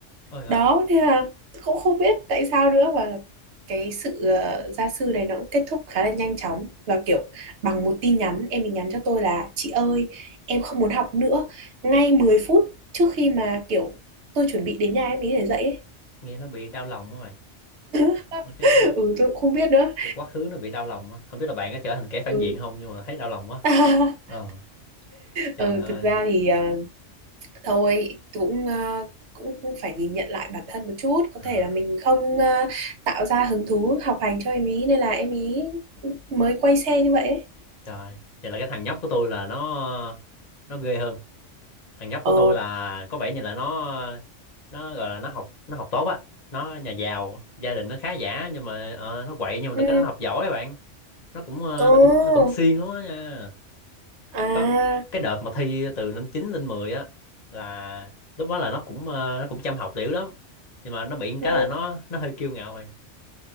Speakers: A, on the left; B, on the right.
A: ôi ôi
B: đó thế là cũng không biết tại sao nữa và cái sự ờ, gia sư này nó cũng kết thúc khá là nhanh chóng và kiểu bằng một tin nhắn em ấy nhắn cho tôi là chị ơi em không muốn học nữa ngay 10 phút trước khi mà kiểu tôi chuẩn bị đến nhà em ấy để dạy ấy.
A: nghe nó bị đau lòng á bạn
B: <laughs>
A: Mấy cái, cái
B: ừ tôi cũng không biết nữa
A: cái quá khứ nó bị đau lòng á không biết là bạn có trở thành kẻ phản
B: ừ,
A: diện không nhưng mà thấy đau lòng quá
B: <laughs>
A: ờ trời
B: ừ
A: ơi
B: thực ra thì ờ, thôi cũng ờ, cũng cũng phải nhìn nhận lại bản thân một chút có
A: à,
B: thể là mình không ờ, tạo ra hứng thú học hành cho em ý nên là em ý mới quay xe như vậy ấy.
A: trời vậy là cái thằng nhóc của tôi là nó nó ghê hơn thằng nhóc
B: ờ
A: của tôi là có vẻ như là nó nó gọi là nó học nó học tốt á nó nhà giàu gia đình nó khá giả nhưng mà ờ, nó quậy nhưng
B: ừ
A: mà cái nó học giỏi á bạn nó cũng ờ,
B: ồ
A: nó cũng nó cũng siêng lắm á nha
B: à
A: có cái đợt mà thi từ năm 9 lên 10 á là lúc đó là nó cũng ờ, nó cũng chăm học liễu lắm nhưng mà nó bị một
B: ừ
A: cái là nó nó hơi kiêu ngạo bạn